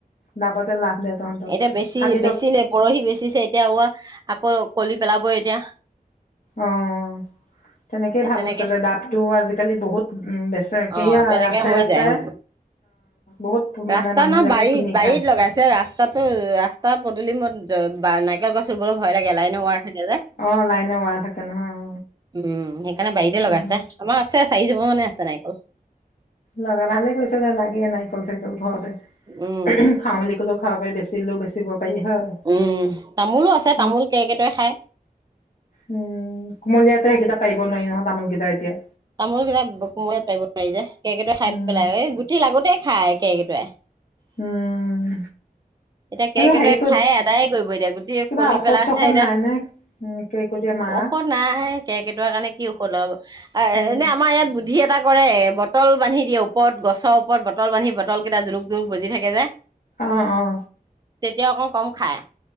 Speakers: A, on the left; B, on the right.
A: লাভতে লাভ দে তহঁতৰ
B: এতিয়া বেছি
A: ষাঠি টক
B: বেছি নে পৰহি বেচিছে এতিয়া আকৌ কলি পেলাবই এতিয়া।
A: আহ তেনেকেই
B: সেই
A: ভাল
B: তেনেকে
A: হৈছে দে। ডাবটো আজিকালি বহুত বেছি
B: অ
A: কি এইয়া
B: তেনেকে
A: ৰাস্তাই
B: হৈ
A: ৰাস্তাই
B: যায়
A: বহুত
B: ৰাস্তা
A: মানে মানুহবিলাকে
B: নহয় বাৰীত
A: কিনি
B: বাৰীত
A: খায়।
B: লগাইছে ৰাস্তাটো ৰাস্তা <unintelligible> নাৰিকল গছ ৰুব ভয় লাগে লাইনোৱাৰ <unintelligible>
A: অ লাইনৰ ৱাৰ থাকে নহয় অ
B: উম, সেইকাৰণে বাৰীতে লগাইছে,
A: উম
B: আমাৰ আছে আছে। চাৰী জোপা মান এই আছে নাৰিকল।
A: লগা ভালে কৈছ ন লাগে নাৰিকল চাৰিকল। ঘৰতে,
B: উম
A: খাও বুলি কল খাব পি বেছিলেও বেচিব পাৰি হয়।
B: উম, তামোলো আছে
A: উম
B: তামোল কেৰকেতুয়াই খাই।
A: উম কুমলীয়াতে সেইকেইটা পাৰিব নোৱাৰি নহয় তামোলকেইটা এতিয়া।
B: তামোল কেইাক, কোমোৰে পাৰিব নোৱাৰি যে। কেৰকেতুয়াই খাই
A: উম
B: পেলাই এই গুটি লাগোতেই খাই। কেৰকেতুয়াই।
A: উম।
B: এতিয়া
A: সেইটো
B: কেৰকেইটোৱাই
A: হেৰি কৰি
B: খাই আদায়ে কৰিব এতিয়া গোটেই
A: কিবা
B: কলি
A: ঔষধ
B: পেলাইছে,
A: চষধ
B: এতিয়া
A: নাই নে উম কেৰ্কেটুৱাই মাৰা
B: ঔষধ নাই কেৰকেইটাৰ কাৰণে কি ঔষধ লব এনে
A: উম
B: আমাৰ ইয়াত দ্ধি এটা কৰে বটল বান্ধি দিয়ে ওপৰত গছৰ ওপৰত বটল বান্ধি বটল কেইটা জৰুক জোৰক বজি থাকে যে।
A: অ' অ'।
B: তেতিয়া অকণ কম খায়।